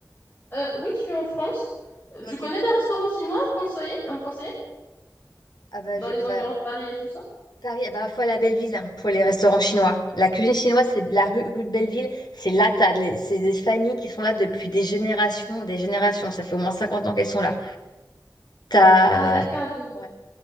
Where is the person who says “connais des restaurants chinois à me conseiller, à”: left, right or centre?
Left